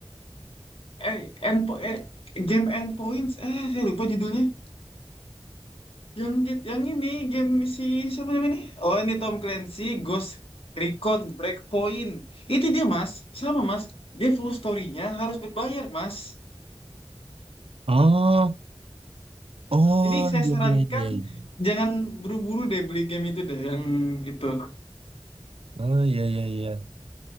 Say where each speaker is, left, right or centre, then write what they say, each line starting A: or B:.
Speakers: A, on the left (about 75°); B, on the right (about 80°).
A: eh, Endpo eh, game Endpoints. Eh, saya lupa judulnya. Yang git- yang ini game si siapa namanya nih? Oh, ini Tom Clancy Ghost Recon Breakpoint. Itu dia Mas, sama Mas. Dia full story-nya harus berbayar Mas.
B: Oh, oh
A: Jadi saya
B: iya
A: sarankan
B: iya iya. iya.
A: jangan buru-buru deh beli game itu deh yang itu.
B: Oh iya iya iya.